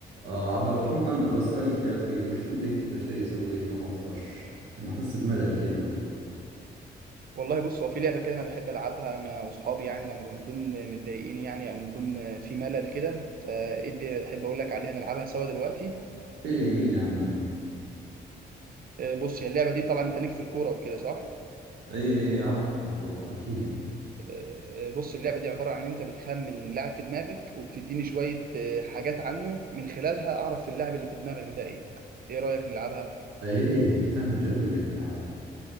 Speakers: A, on the right; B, on the right.
A: آه عبد الرحمن بسألك يا أخي وش عندك كذا شيء أسويه يوم أطفش لأن أحس بملل كذا
B: والله بص هو في لعبة كده أنا بحب ألعبها أنا وأصحابي يعني لما بنكون متضايقين يعني أو بنكون في ملل كده فإدي بحب أقول لك عليها نلعبها سوا دلوقتي
A: إيه قل لي عنها
B: آه، بص هي اللعبة دي طبعا أنت ليك في الكورة وكده صح؟
A: إيه إيه أعرف الكورة أكيد
B: آه، آه، بص اللعبة دي عبارة عن إن أنت بتخمن لاعب في دماغك وبتديني شوية آه، حاجات عنه من خلالها أعرف اللاعب اللي في دماغك ده إيه؟ إيه رأيك نلعبها؟
A: إيه تم جوي ذي الألعاب